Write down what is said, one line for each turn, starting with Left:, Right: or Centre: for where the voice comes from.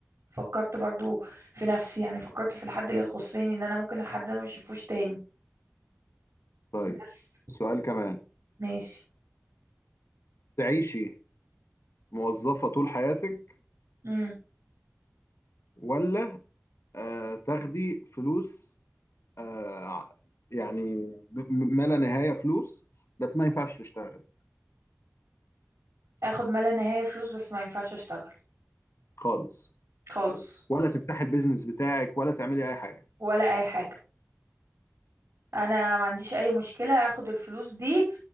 Right: فكرت برضو في نفسي يعني فكرت في الحد اللي يخصني ان انا ممكن الحد ده ما اشوفوش تاني
Left: طيب
Right: بس
Left: سؤال كمان
Right: ماشي
Left: تعيشي موظفه طول حياتك
Right: امم
Left: ولا آه تاخدي فلوس آه ع- يعني ب- م- ما لا نهايه فلوس بس ما ينفعش تشتغل
Right: اخد ما لا نهاية فلوس بس ما ينفعش اشتغل
Left: خالص
Right: خالص
Left: ولا تفتحي البيزنس بتاعك ولا تعملي اي حاجه
Right: ولا اي حاجة انا ما عنديش اي مشكلة اخد الفلوس دي